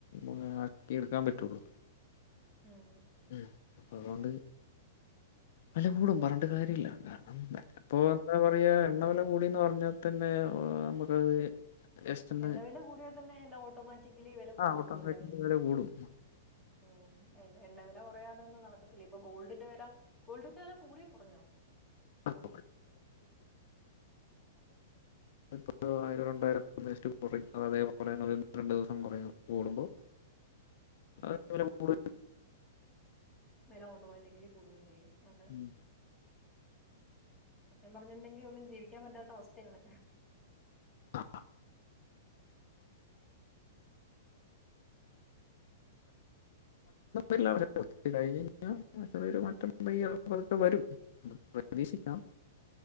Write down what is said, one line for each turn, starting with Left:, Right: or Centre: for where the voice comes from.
Left: ഒന്ന് ആക്കി എടുക്കാൻ പറ്റ് റ്റുള്ളു
Centre: ഉം
Left: ഉം അതോണ്ട് വെല കൂടും പർഞ്ട്ട് കാര്യല്ല ഇപ്പൊ എന്താ പറയാ എണ്ണ വില കൂടിന്ന് പറഞ്ഞാത്തന്നെ നമുക്കത് ജസ്റ്റ് ഒന്ന്
Centre: എണ്ണ വില കൂടിയാ തന്നെ എല്ലാ ഓട്ടോമാറ്റിക്കലി വെല
Left: ആ
Centre: കൂടിക്കോളുലെ
Left: ഓട്ടോമാറ്റിക് വില കൂടും.
Centre: ഉം എണ്ണ വില കുറയാതെ ഒന്നും നടക്കത്തില്ല ഇപ്പൊ ഗോൾഡിന്റെ വെല ഗോൾഡിന്റെ വെല കൂടിയോ കൊറഞ്ഞോ
Left: <unintelligible> ഒരു ആയിരം രണ്ടായിരോ ഒന്ന് ജെസ്റ്റ് കൊറയും അത് അതേപോലെന്നെ രണ്ട് ദിവസം കൊറയും കൂടുമ്പോ
Centre: <inaudible>
Left: അത് വില കൂടും.
Centre: വെല ഓട്ടോമാറ്റിക്കലി കൂടുകയും ചെയ്യും അതെ
Left: ഉം.
Centre: സത്യം പറഞ്ണ്ടെങ്കി ഒന്നും ജീവിക്കാൻ പറ്റാത്ത അവസ്ഥയാണ്
Left: <unintelligible> ഇല്ല <inaudible> <unintelligible> വരും പ്രതീക്ഷിക്കാം